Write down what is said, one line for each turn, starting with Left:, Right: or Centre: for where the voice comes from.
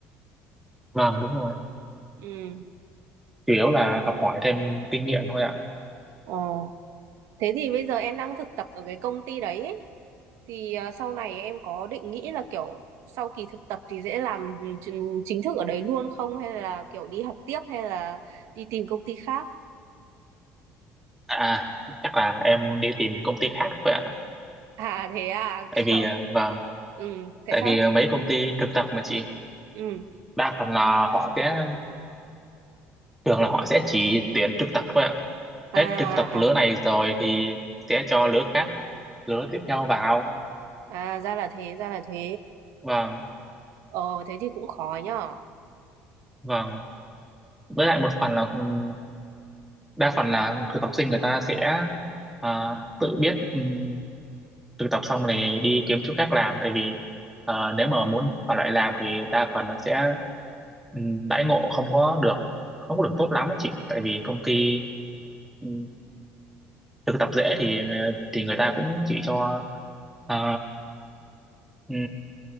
Centre: Vâng đúng rồi.
Right: ừ
Centre: Chủ yếu là học hỏi thêm kinh nghiệm thôi ạ.
Right: Ờ. Thế thì bây giờ em đang thực tập ở cái công ty đấy ấy. Thì ờ, sau này em có định nghĩ là kiểu sau kỳ thực tập thì sẽ làm chính chính thức ở đấy luôn không hay là kiểu đi học tiếp hay là đi tìm công ty khác?
Centre: À, chắc là em đi tìm công ty khác thôi ạ.
Right: À thế à
Centre: Tại
Right: <laughs> kiểu
Centre: vì à, vâng,
Right: ừ tại
Centre: tại
Right: sao
Centre: vì
Right: thế?
Centre: à, mấy công ty thực tập mà chị
Right: Ừ.
Centre: đa phần là họ sẽ thường là họ sẽ chỉ tuyển thực tập thôi ạ.
Right: À,
Centre: Hết thực tập lứa
Right: à
Centre: này rồi thì sẽ cho lứa khác, lứa tiếp theo vào.
Right: à ra là thế ra là thế.
Centre: Vâng,
Right: Ờ thế thì cũng khó nhở.
Centre: vâng. Với lại một phần là ừm, đa phần là thực tập sinh người ta sẽ à, tự biết ừm, thực tập xong này đi kiếm chỗ khác làm tại vì à, nếu mà muốn ở lại làm thì đa phần là sẽ ừ, đãi ngộ không có được không có được tốt lắm á chị tại vì công ty ừ, thực tập dễ thì ờ, thì người ta cũng chỉ cho à, ừ,